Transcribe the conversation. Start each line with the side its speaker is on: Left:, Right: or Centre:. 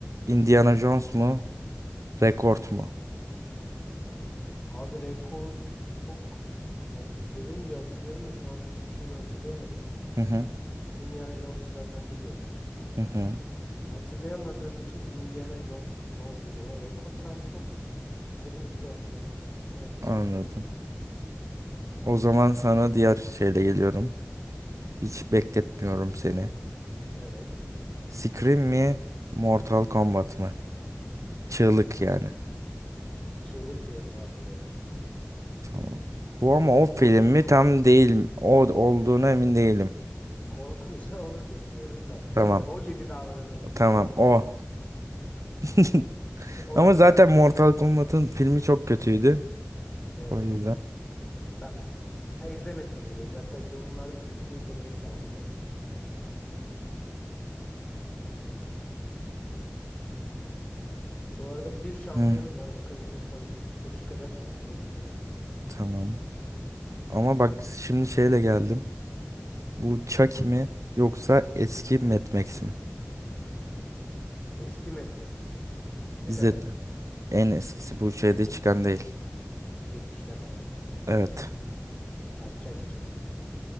Right: Indiana Jones mu? Rekord mu?
Left: Abi rekor çok yani izledim diye hatırlıyorum da şu an hiçbir şeyini hatırlayamadım.
Right: Hı hı.
Left: Indiana Jones'u zaten biliyoruz.
Right: Hı hı.
Left: Hani hatırlayamadığım için Indiana Jones, Jones diyeceğim ama rekor sanki çok izlediğim gibi hatırladım. Ama hatırlayamadım
Right: Anladım.
Left: ya. Yani,
Right: O zaman sana diğer şeyle geliyorum. Hiç bekletmiyorum seni.
Left: evet.
Right: Scream mi? Mortal Kombat mı? Çığlık
Left: Hmm.
Right: yani.
Left: Çığlık diyorum abi buraya.
Right: Tamam. Bu ama
Left: Korku
Right: o film
Left: filmi
Right: mi
Left: olan.
Right: tam değil. O olduğuna emin değilim.
Left: korkuysa onu seçiyorum da. Neyse
Right: Tamam.
Left: o gibi davranalım.
Right: Tamam
Left: Anladın
Right: o.
Left: mı?
Right: <laughs>
Left: <laughs> O
Right: Ama
Left: gibi
Right: zaten
Left: davranalım.
Right: Mortal Kombat'ın filmi çok kötüydü.
Left: Evet.
Right: O yüzden.
Left: Ben ben izlemedim bile. Zaten yorumlarda kötü deyince direkt saldım yani. Bu arada bir şampiyonum
Right: Hı,
Left: var. Bakalım onu koy. O çıkacak mı listede? Çok merak ediyorum.
Right: tamam. Ama bak şimdi şeyle geldim. Bu Chucky mi yoksa eski Mad Max mi?
Left: Eski Mad Max. Ne
Right: İzledim.
Left: kadar eski?
Right: En eskisi bu şeyde çıkan değil.
Left: Yetmişler falan.
Right: Evet.
Left: Abi çaki çaki.